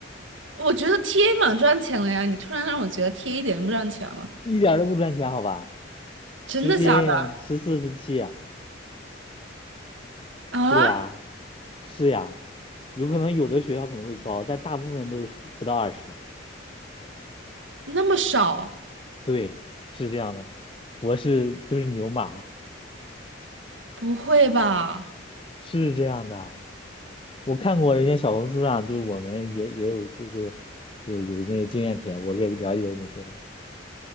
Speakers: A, on the right; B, on the left.
A: 我觉得 TA 蛮赚钱的呀，你突然让我觉得 TA 一点都不赚钱了，
B: 一点儿都不赚钱，好吧？
A: 真的假的
B: 时薪十四、十七啊，
A: 啊？
B: 对呀，是呀，有可能有的学校可能会高，但大部分都是不到二十，
A: 那么少？
B: 对，是这样的，博士就是牛马，
A: 不会吧？
B: 是这样的。我看过人家小红书上，就是我们也也有，就是有有那些经验帖，我给了解我们学生，